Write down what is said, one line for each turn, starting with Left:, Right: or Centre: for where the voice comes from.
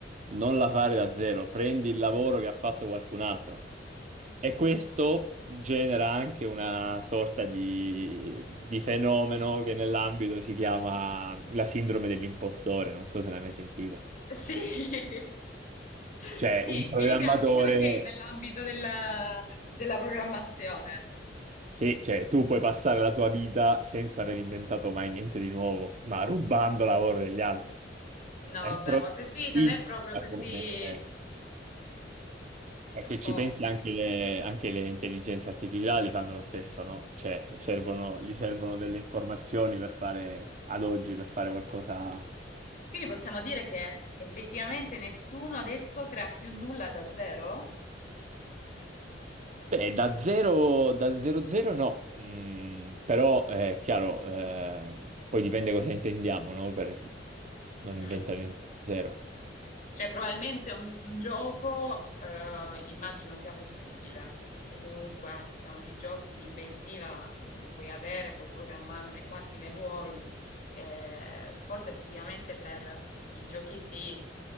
Right: non la fare da zero, prendi il lavoro che ha fatto qualcun altro. E questo genera anche una sorta di, di fenomeno che nell'ambito si chiama la sindrome dell'impostore, non so se l'hai mai sentita.
Left: Sì. <laughs>
Right: Cioè
Left: Sì,
Right: un programmatore...
Left: quindi si applica anche nell'ambito della, della programmazione.
Right: Sì, cioè tu puoi passare la tua vita senza aver inventato mai niente di nuovo, ma rubando lavoro degli altri.
Left: No,
Right: È
Left: vabbè,
Right: proprio
Left: ma così non
Right: insita
Left: è proprio così,
Right: come...
Left: è
Right: E se
Left: un
Right: ci
Left: po'.
Right: pensi anche le, anche le intelligenze artificiali fanno lo stesso, no? Cioè servono, gli servono delle informazioni per fare, ad oggi, per fare qualcosa...
Left: Quindi possiamo dire che effettivamente nessuno adesso crea più nulla da zero?
Right: Beh, da zero, da zero zero no, Mm, però eh, è chiaro, eh, poi dipende cosa intendiamo, no? Per non inventare
Left: Mm.
Right: niente da zero.
Left: Cioè, probabilmente un, un gioco, eh, immagino sia possibile, perché comunque, diciamo, di giochi di inventiva eh, ne puoi avere, puoi programmarne quanti ne vuoi. Eh, forse effettivamente per i giochi sì,